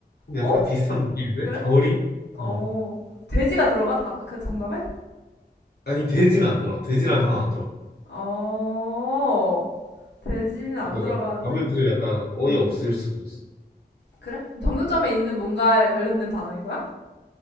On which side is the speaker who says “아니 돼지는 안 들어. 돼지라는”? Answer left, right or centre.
Left